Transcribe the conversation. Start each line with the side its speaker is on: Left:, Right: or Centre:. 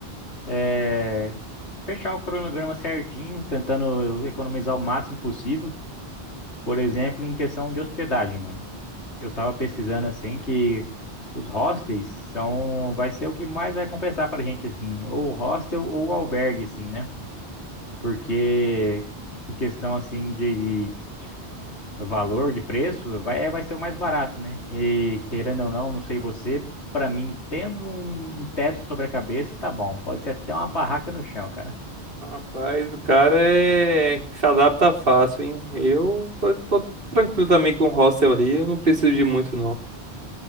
Left: É fechar o cronograma certinho, tentando economizar o máximo possível. Por exemplo, em questão de hospedagem, mano. Eu tava pesquisando assim que os hostels são, vai ser o que mais vai compensar pra gente, assim, ou hostel ou albergue, assim, né? Porque em questão assim de, valor de preço, vai, é, vai ser o mais barato, né? E querendo ou não, não sei você, pra mim, tendo um um teto sobre a cabeça, tá bom. Pode ser até uma barraca no chão, cara.
Right: Rapaz, o cara é... se adapta fácil, hein? Eu tô, tô tranquilo também com o hostel ali, eu não preciso de muito, não.